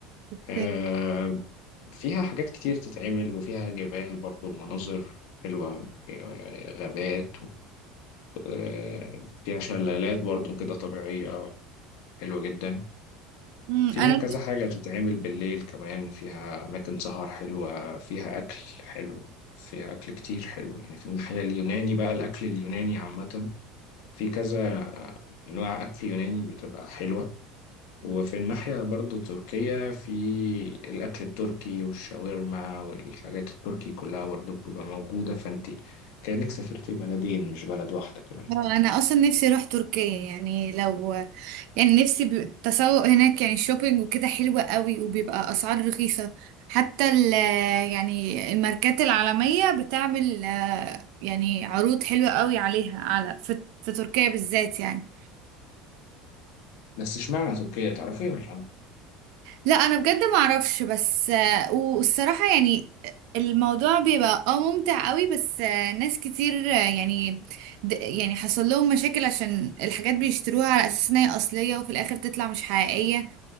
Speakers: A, on the right; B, on the left.
A: اوكي.
B: آه، فيها حاجات كتير تتعمل وفيها جبال برضو مناظر حلوة آه، غابات آه، فيها شلالات برضو كده طبيعية حلوة جدا
A: مم،
B: فيها
A: انا
B: كذا حاجة تتعمل بالليل كمان فيها أماكن سهر حلوة فيها أكل حلو فيها أكل كتير حلو يعني في الناحية اليوناني بقى الأكل اليوناني عامة في كذا أنواع أكل يوناني بتبقى حلوة وفي الناحية برضو تركيا في الأكل التركي والشاورما والحاجات التركي كلها برضو بتبقى موجودة فأنت كأنك سافرتي بلدين مش بلد واحدة كمان
A: اه انا اصلا نفسي اروح تركيا يعني لو يعني نفسي بي- التسوق هناك يعني الشوبينج وكده حلوة قوي وبيبقى اسعار رخيصة حتى ال يعني الماركات العالمية بتعمل آه، يعني عروض حلوة قوي عليها على في, في تركيا بالذات يعني
B: بس اشمعنى تركيا تعرفي ولا لا؟
A: لا انا بجد ما اعرفش بس آه، والصراحه يعني الموضوع بيبقى اه ممتع قوي بس آه، ناس كتير آه، يعني د- يعني حصل لهم مشاكل عشان الحاجات بيشتروها على اساس ان هي اصليه وفي الاخر تطلع مش حقيقيه